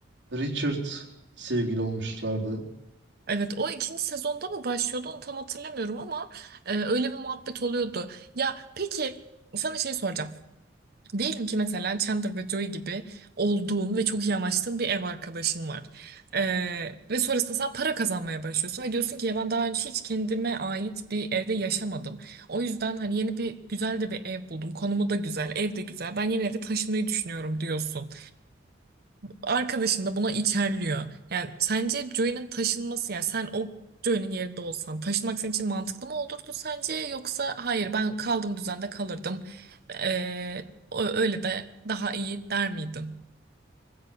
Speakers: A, on the right; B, on the right.
A: Richard sevgili olmuşlardı.
B: Evet o ikinci sezonda mı başlıyordu onu tam hatırlamıyorum ama e, öyle bir muhabbet oluyordu. Ya peki sana şey soracağım. Diyelim ki mesela Chandler ve Joey gibi olduğun ve çok iyi anlaştığın bir ev arkadaşın var. Ee, ve sonrasında sen para kazanmaya başlıyorsun ve diyorsun ki ya ben daha önce hiç kendime ait bir evde yaşamadım. O yüzden hani yeni bir güzel de bir ev buldum. Konumu da güzel, ev de güzel. Ben yeni eve taşınmayı düşünüyorum diyorsun arkadaşın da buna içerliyor. Yani sence Joey'nin taşınması yani sen o Joey'nin yerinde olsan taşınmak senin için mantıklı mı olurdu sence yoksa hayır ben kaldığım düzende kalırdım. Ee, ö- öyle de daha iyi der miydin?